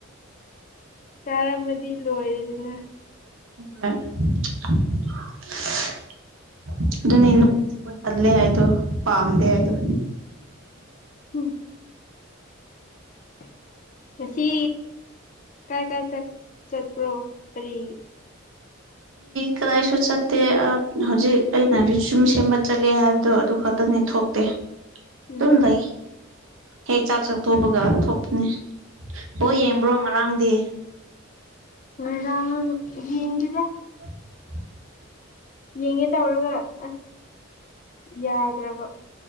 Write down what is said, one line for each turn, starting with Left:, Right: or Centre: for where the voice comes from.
Left: ꯆꯥꯔꯝꯃꯗꯤ ꯂꯣꯏꯔꯦꯗꯨꯅ
Right: <unintelligible> ꯑꯗꯨꯅꯤ ꯏꯅ ꯆꯕ ꯇꯂꯦ ꯍꯥꯏꯗꯣ ꯄꯝꯗꯦ ꯍꯥꯏꯣ
Left: ꯎꯝ <inaudible> ꯉꯁꯤ ꯀꯥꯏ ꯀꯥꯏ ꯆꯠꯄ꯭ꯔꯣ ꯀꯥꯔꯤ
Right: ꯀꯗꯥꯏꯁꯨ ꯆꯠꯇꯦ ꯍꯧꯖꯤꯛ ꯑꯩꯅ ꯌꯨꯝ ꯁꯦꯝꯕ ꯆꯠꯂꯦ ꯍꯥꯏꯕꯗꯣ ꯑꯗꯨ ꯈꯛ ꯈꯛꯇꯅꯤ ꯊꯣꯛꯇꯦ
Left: ꯎꯝ
Right: ꯑꯗꯨꯝ ꯂꯩ ꯍꯦꯛ ꯆꯥꯛ ꯆꯥꯛ ꯇꯣꯛꯕꯒ ꯊꯣꯛꯄꯅꯦ ꯕꯣꯜ
Left: ꯑꯣ
Right: ꯌꯦꯡꯕ꯭ꯔꯣ ꯉꯔꯥꯡꯗꯤ
Left: ꯉꯔꯥꯡ ꯌꯦꯡꯗꯦꯗ
Right: <inaudible>
Left: ꯌꯦꯡꯒꯦ ꯇꯧꯔꯒ ꯑꯁ ꯌꯥꯗ꯭ꯔꯕ